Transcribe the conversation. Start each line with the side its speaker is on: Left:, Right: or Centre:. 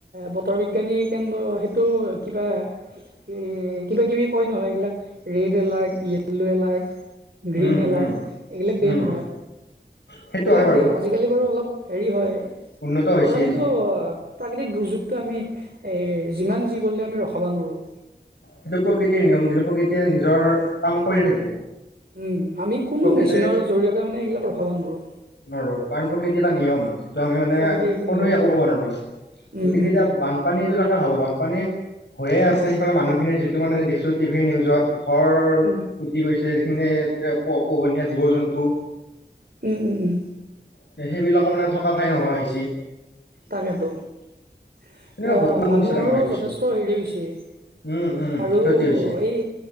Right: বতৰ বিজ্ঞানী কেন্দ্ৰ সেইটো কিবা এ, কিবা কিবি কয় নহয় এইগিলাক red alert yellow alert green
Left: um
Right: alert
Left: um
Right: এইবিলাক দডে
Left: উম
Right: নহয়,
Left: সেইটো
Right: সেইবিলাক
Left: হয় বাৰু
Right: ডে আজিকালি আজিকালি বাৰু অলপ হেৰি হয়।
Left: উন্নত হৈছে।
Right: তথাপিতো প্ৰাকৃতিক দুৰ্যোগটো আমি যিমান যি কৰিলে আমি ৰখাব নোৱাৰোঁ।
Left: সেইটো প্ৰকৃতিৰ নিয়ম যিটো প্ৰকৃতিয়ে নিজৰ কাম কৰিয়ে থাকিব।
Right: উম, আমি কোনো
Left: প্ৰকৃতিৰ
Right: মেচিনৰ জৰিয়তে মানে এইগিলাক ৰখাব নোৱাৰোঁ।
Left: ন' ৰ কাৰণ প্ৰকৃতি এটা নিয়ম। তো আমি মানে
Right: প্ৰকৃতিৰ এইটো
Left: কোনোৱে
Right: নিয়ম।
Left: একো ক'ব নোৱাৰোঁ।
Right: উম,
Left: গতিকে
Right: উম,
Left: এতিয়া বানপানীটো তাকে ভাবোঁ বানপানী হৈয়ে আছে সেইফালে মানুহখিনিৰ যিটো মানে দেখছোঁ টিভি নিউজত ঘৰ
Right: উম।
Left: উুটি গৈছে, যিখিনি প -পোহনীয়া জীৱ জন্তু
Right: উম, উম, উম।
Left: তে সেইবিলাক মানে থকা ঠাই নহোৱা হৈছে।
Right: তাকেতো। এ,
Left: তেনেকুৱা বহুত সমস্যা
Right: মানুহৰো
Left: দেখা পাইছো
Right: যথেষ্ট হেৰি হৈছে।
Left: উম উম
Right: আৰু
Left: ক্ষতি হৈছে
Right: এই